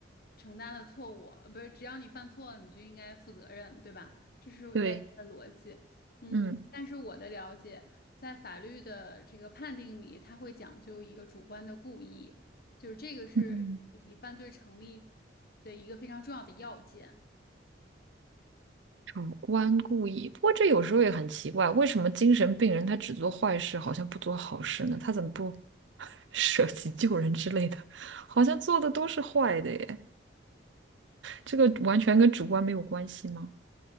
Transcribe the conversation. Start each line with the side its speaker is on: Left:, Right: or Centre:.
Left: 承担了错误，呃不是，只要你犯错了，你就应该负责任，对吧？这是大家的逻辑。
Right: 对，
Left: 嗯，
Right: 嗯
Left: 但是我的了解，在法律的这个判定里，它会讲究一个主观的故意，就是这个是你你犯罪成立
Right: 嗯。
Left: 的一个非常重要的要件。
Right: 主观故意，不过这有时候也很奇怪，为什么精神病人他只做坏事，好像不做好事呢？他怎么不 <laughs> 舍己救人之类的？好像做的都是坏的耶，这个完全跟主观没有关系吗？